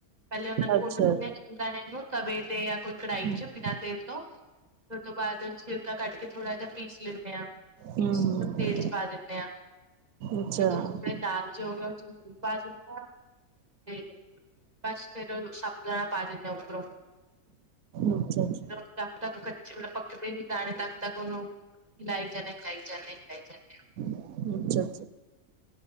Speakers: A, on the right; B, on the right.
A: ਪਹਿਲੇ ਉਹਨਾਂ ਨੂੰ ਭੁੰਨ
B: ਅੱਛਾ
A: ਲੈਣੇ ਆ। ਸਾਬੂਦਾਣੇ ਨੂੰ ਤਵੇ ਤੇ ਜਾਂ ਕੋਈ ਕੜਾਈ
B: ਅੱਛਾ
A: ਚ, ਬਿਨਾਂ ਤੇਲ ਤੋਂ ਫਿਰ ਉਹ ਤੋਂ ਬਾਅਦ ਛਿਲਕਾ ਕੱਟ ਕਰ ਕੇ ਥੋੜਾ ਜਿਆ ਪੀਸ ਲੈਣੇ ਆ। ਪੀਸ
B: ਹੂੰ
A: ਕੇ ਓ ਤੇਲ ਚ ਪਾ ਦੀਨੇ ਆ।
B: ਅੱਛਾ ਅੱਛਾ
A: ਤੇ ਜੋ ੳੱਦੇ ਨਾਲ ਚ ਓਦੇ ਚ ਲੂਣ ਪਾ ਦਿੰਦੇ ਆ। ਤੇ ਬਸ ਫੇਰ ਸ਼ਾਬੂ ਦਾਣਾ ਪਾ ਦੀਨੇ ਆ ਉਪਰੋ।
B: ਅੱਛਾ ਜੀ।
A: ਜਬ ਤੱਕ ਕੱਚੇ ਮਤਲਬ ਪੱਕਦੇ ਨੀ ਦਾਣੇ, ਤਦ ਤੱਕ ਉਹਨੂੰ ਹਿਲਾਈ ਜਾਣੇ, ਹਿਲਾਈ ਜਾਣੇ, ਹਿਲਾਈ ਜਾਣੇ ਆ।
B: ਹੂ ਅੱਛਾ।